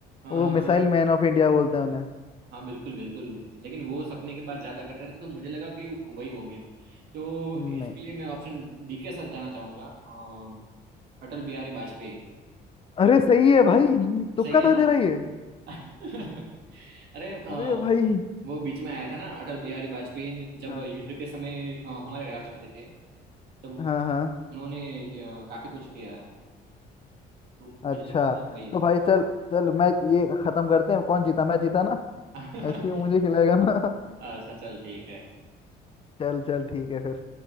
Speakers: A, on the right (about 70°); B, on the left (about 35°).
A: हाँ
B: वो मिसाइल मैन ऑफ इंडिया बोलते हैं उन्हें
A: हाँ बिल्कुल बिल्कुल लेकिन वो सपने की बात ज्यादा करते थे तो मुझे लगा कि वही होंगे तो
B: नहीं
A: इसके लिए मैं ऑप्शन डी के साथ जाना चाहूंगा अ, अटल बिहारी वाजपेयी
B: अरे सही है भाई तुक्का
A: सही है
B: तो
A: ना
B: दे रही है
A: <laughs> अरे अ,
B: अरे भाई
A: वो बीच में आया था ना अटल बिहारी वाजपेयी जब
B: हाँ
A: युद्ध के समय अ, हमारे राष्ट्रपति थे तब
B: हाँ हाँ
A: उन्होंने अ, काफी कुछ किया तो मुझे
B: अच्छा
A: लगता है वही
B: तो भाई चल चल मैं ये खत्म करते हैं कौन जीता मैं जीता ना
A: होंगे
B: आइसक्रीम
A: <laughs>
B: मुझे खिलाएगा ना
A: अच्छा चल ठीक है
B: चल चल ठीक है फिर